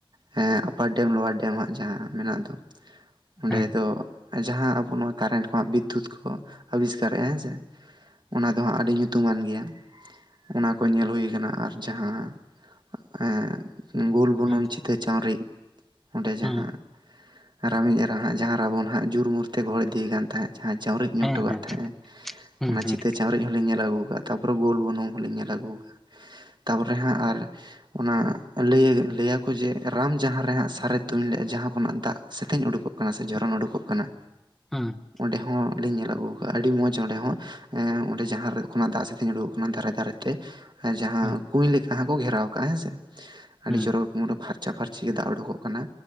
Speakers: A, on the right (about 55°); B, in the centre.
A: ᱦᱮ ᱟᱯᱟᱨ ᱰᱮᱢ ᱞᱳᱣᱟᱨ ᱰᱮᱢ ᱦᱟᱜ ᱡᱟᱦᱟᱸ ᱢᱮᱱᱟᱜ ᱫᱚ ᱚᱱᱰᱮ
B: ᱦᱮᱸ
A: ᱫᱚ ᱡᱟᱦᱟᱸ ᱟᱵᱚ ᱱᱚᱣᱟ ᱠᱟᱨᱮᱱᱴ ᱠᱚ ᱵᱤᱫᱽᱫᱩᱛ ᱠᱚ ᱟᱵᱤᱥᱠᱟᱨᱮᱜ-ᱟ ᱦᱮᱸ ᱥᱮ ᱚᱱᱟ ᱫᱚ ᱦᱟᱸᱜ ᱟᱹᱰᱤ ᱧᱩᱛᱩᱢᱟᱱ ᱜᱮᱭᱟ ᱚᱱᱟ ᱠᱚ ᱧᱮᱞ ᱦᱩᱭ ᱠᱟᱱᱟ ᱟᱨ ᱡᱟᱦᱟᱸ ᱮ ᱜᱳᱞ ᱵᱩᱱᱩᱢ
B: ᱦᱩᱸ
A: ᱪᱷᱤᱛᱟᱹ ᱪᱟᱶᱨᱤᱡ ᱚᱸᱰᱮ
B: ᱦᱩᱸ
A: ᱡᱟᱦᱟᱸ- ᱨᱟᱢᱤᱡ ᱮᱨᱟᱦᱟᱸ ᱡᱟᱦᱟᱸ ᱨᱟᱵᱚᱱ ᱦᱟᱸᱜ ᱡᱩᱨᱢᱩᱨᱛᱮ ᱜᱚᱦᱚᱲ ᱤᱫᱤᱭ ᱠᱟᱱ ᱛᱟᱦᱮᱸᱫ ᱡᱟᱦᱟᱸ ᱡᱟᱣᱨᱤᱡ ᱧᱩᱨ
B: ᱦᱮᱸ
A: ᱦᱚᱴᱚ ᱠᱟᱼᱜ
B: ᱦᱮᱸ
A: ᱛᱟᱦᱮᱸᱜ-ᱟᱭ
B: ᱦᱩᱸ
A: ᱚᱱᱟ
B: ᱦᱩᱸ
A: ᱪᱤᱛᱟᱹ ᱪᱟᱣᱨᱤᱡ ᱦᱚᱞᱤᱧ ᱧᱮᱞ ᱟᱹᱜᱩ ᱠᱟᱜ-ᱟ ᱛᱟᱯᱚᱨᱮ ᱜᱳᱞ ᱵᱩᱱᱩᱝ ᱦᱚᱸᱞᱤᱧᱮᱞ ᱟᱹᱜᱩ ᱠᱟᱜ-ᱟ ᱛᱟᱨᱯᱚᱨᱮ ᱦᱟᱸᱜ ᱟᱨ ᱚᱱᱟ ᱞᱟᱹᱭ ᱞᱟᱹᱭᱟᱠᱚ ᱡᱮ ᱨᱟᱢ ᱡᱟᱦᱟᱸ ᱨᱮ ᱦᱟᱸᱜ ᱥᱟᱨᱮ ᱛᱩᱧ ᱞᱮᱜᱼᱟ ᱡᱟᱦᱟᱸ ᱠᱷᱚᱱᱟᱜ ᱫᱟᱜ ᱥᱮᱛᱮᱧ ᱩᱰᱩᱠᱚᱜ ᱱᱟᱥᱮ ᱡᱷᱚᱨᱚᱱ ᱩᱰᱩᱠᱚᱜ ᱠᱟᱱᱟ
B: ᱦᱩᱸ
A: ᱚᱸᱰᱮ ᱦᱚᱸ ᱞᱤᱧ ᱧᱮᱞ ᱟᱹᱜᱩ ᱟᱠᱟᱫᱟ ᱟᱹᱰᱤ ᱢᱚᱸᱡᱽ ᱚᱸᱰᱮ ᱦᱚᱸ- ᱚᱸᱰᱮ ᱡᱟᱦᱟᱸ ᱠᱷᱚᱱᱟᱜ ᱫᱟᱜ ᱥᱟᱛᱮᱧ ᱩᱰᱩᱠᱚᱜ ᱠᱟᱱᱟ ᱫᱷᱟᱨᱮ ᱫᱷᱟᱨᱮᱛᱮ ᱡᱟᱦᱟᱸ
B: ᱦᱩᱸ
A: ᱠᱩᱸᱧ ᱞᱮᱠᱟ ᱦᱚ ᱠᱚ ᱜᱷᱮᱨᱟᱣ ᱠᱟᱜ-ᱟ ᱦᱮᱸ ᱥᱮ ᱟᱹᱰᱤ
B: ᱦᱩᱸ
A: ᱪᱚᱨᱚᱠ ᱢᱩᱴ ᱯᱷᱟᱨᱪᱟ ᱯᱷᱟᱨᱪᱤ ᱜᱮ ᱫᱟᱜ ᱩᱰᱩᱠᱚᱜ ᱠᱟᱱᱟ